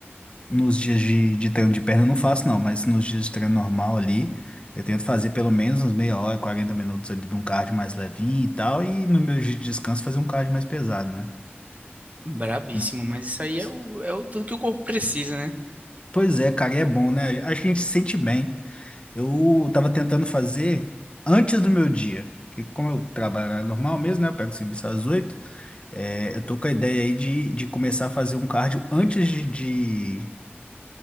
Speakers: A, on the left; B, on the right.
A: nos dias de, de treino de perna eu não faço, não, mas nos dias de treino normal ali, eu tento fazer pelo menos uns meia hora, 40 minutos ali de um cardio mais levinho e tal, e no meu dia de descanso fazer um cardio mais pesado, né?
B: Brabíssimo,
A: Não s-
B: mas isso aí é
A: s-
B: o, é o tudo que o corpo precisa, né?
A: Pois é, cara, e é bom, né? Acho que a gente se sente bem. Eu tava tentando fazer antes do meu dia, porque como eu trabalho normal mesmo, né? Eu pego serviço às oito é, eu tô com a ideia aí de, de começar a fazer um cardio antes de, de